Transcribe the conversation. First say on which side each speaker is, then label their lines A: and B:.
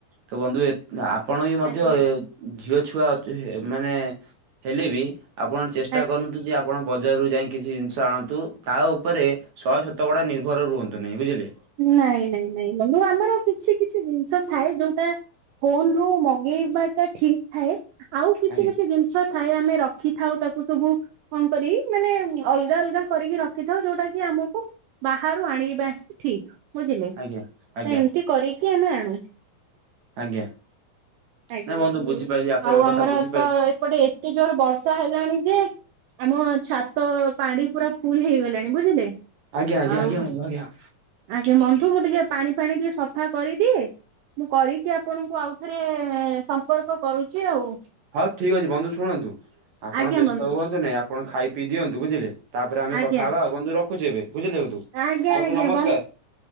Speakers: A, on the right; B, on the right.
A: ତ ବନ୍ଧୁ ଏତ୍ ଆପଣ ବି ମଧ୍ୟ
B: ଆଜ୍ଞା
A: ଏ ଝିଅ ଛୁଆ ଅଚ୍ ମାନେ ହେଲେ ବି ଆପଣ
B: ଆଜ୍ଞା।
A: ଚେଷ୍ଟା କରନ୍ତୁ ଯେ ଆପ ଆପଣ ବଜାରରୁ ଯାଇଁ କିଛି ଜିନିଷ ଆଣନ୍ତୁ, ତା ଉପରେ ଶହେ ଶତକଡା ନିର୍ଭର ରୁହନ୍ତୁ ନାହିଁ, ବୁଝିଲେ
B: ନାଇଁ ନାଇଁ ନାଇଁ ବନ୍ଧୁ ମୁଁ ଆମର କିଛି କିଛି ଜିନିଷ ଥାଏ ଯୋଉଟା ଫୋନ୍ ରୁ ମଗେଇବାଟା ଠିକ୍ ଥାଏ, ଆଉ କିଛି
A: ଆଜ୍ଞା
B: କିଛି ଦିନ୍ ଷ ଥାଏ ଆମେ ରଖିଥାଉ ତାକୁ ସବୁ ଅନ୍ କରି ମାନେ ଅଲଗା ଅଲଗା କରିକି ରଖିଥାଉ, ଯୋଉଟା କି ଆମକୁ ବାହାରୁ ଆଣିବା ଠିକ୍, ବୁଝିଲେ
A: ଆଜ୍ଞା ଆଜ୍ଞା
B: ତ ଏମତି କରକି ଆମେ ଆଣୁ।
A: ଆଜ୍ଞା
B: ଆଜ୍ଞା
A: ନାଇଁ ବନ୍ଧୁ ବୁଝିପାଇଲି
B: <inaudible>
A: ଆପଣଙ୍କ
B: ଆଉ
A: କଥା
B: ଆମର
A: ବୁଝିପାଇଲି
B: ତ ଏପଟେ ତେ ଜୋରରେ ବର୍ଷା ହେଲାଣି ଯେ, ଆମ ଛାତ ପାଣି ପୁରା ଫୁଲ ହେଇଗଲାଣି, ବୁଝିଲେ।
A: ଆଜ୍ଞା ଆଜ୍ଞା
B: ଆଉ
A: ଆଜ୍ଞା <unintelligible>
B: ଆଜ୍ଞା ମୁଁ ବନ୍ଧୁ ଟିକେ ପାଣି ଫାଣି ଟିକେ ସଫା କରିଦିଏ। ମୁଁ କରିକି ଆପଣଙ୍କୁ ଆଉ ଥରେ ସମ୍ପର୍କ କରୁଚି ଆଉ।
A: ହଉ ଠିକ ଅଛି ବନ୍ଧୁ ଶୁଣନ୍ତୁ ଆପଣ
B: ଆଜ୍ଞା
A: ବ୍ୟସ୍ତ
B: ବନ୍ଧୁ
A: ହୁଅନ୍ତୁ ନାଇଁ ଆପଣ ଖାଇ ପିଇ ଦିଅନ୍ତୁ ବୁଝିଲେ। ତାପରେ ଆମେ
B: ଆଜ୍ଞା
A: କଥା ହେବା ଆଉ ବନ୍ଧୁ ରଖୁଛି ଏବେ ବୁଝିଲେ ବନ୍ଧୁ,
B: ଆଜ୍ଞା
A: ବନ୍ଧୁ
B: ଆଜ୍ଞା
A: ନମସ୍କାର।